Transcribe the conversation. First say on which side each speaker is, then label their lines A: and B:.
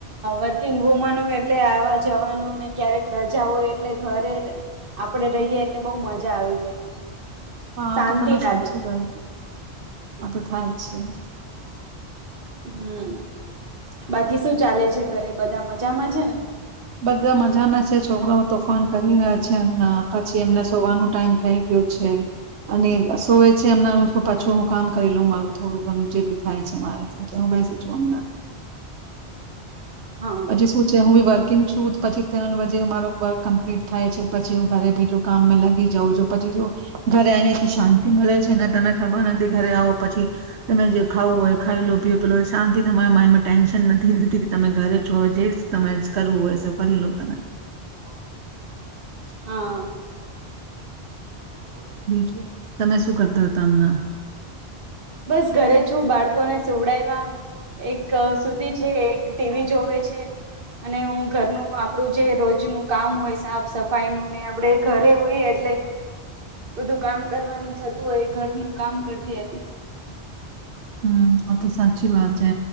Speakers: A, on the right; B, on the right.
A: વર્કિંગ વુમન હોય એટલે આવા જવાનું ને ક્યારેક રજા હોય એટલે ઘરે આપણેે રહીએ એટલે બહ મજા આવી જાય.
B: હા
A: શાંતિ
B: તો તમે
A: લાગે
B: સાચું કહ્યું. આપડે થાય જ છે.
A: હાઆ! બાકી શું ચાલે છે.? ઘરે બધા મજામાં છે ને?
B: બધા મજામાં છે. છોકરાઓ તોફાન કરી રહ્યા છે. એમના પછી એમને સોવાનું ટાઈમ થઈ ગયું છે. અને સોવે છે એમના પાછું, હું કામ કરી લઉ મારું થોડું. ઘરનું જે બી થાય છે, મારે <inaudible> હું બેસી <inaudible> ચ્યોમનહીં
A: હા
B: પછી શું છે હું બી વર્કિંગ છું. પછી તેનું, તે મારો વર્ક કમ્પ્લીટ થાય છે. પછી હું ઘરે બીજું કામ મે લાગી જઉં છું. પછી જો, ઘરે આઈને તો શાંતિ મળે છે ને, તમે ખબર નથી ઘરે આવો પછી, તમે જે ખાવું હોય ખાઈ લો, પી પી લો, શાંતિ મારી માઇન્ડમાં ટેન્શન નથીતી ઘરે જોવે, જે તમે કરવું હોય સબ ભરી લો તમે.
A: <inaudible> હા! <inaudible>
B: બીજું તમે શું કરતા હતા હમણાં
A: બસ! ઘરે છું. બાળકોને જોવડાઈવા એક સુતી છે. એક ટીવી જોવે છે. અને હું ઘરનું આ આપણું જે રોજ રોજનું કામ હોય, સાફ સફાઈ નું, ને આપણે ઘરે હોય એટલે, બધું કામ કરવાનું થતું હોય. ઘરનું કામ કરતી હતી.
B: હમ આ તો સાચ ચી વાત છે.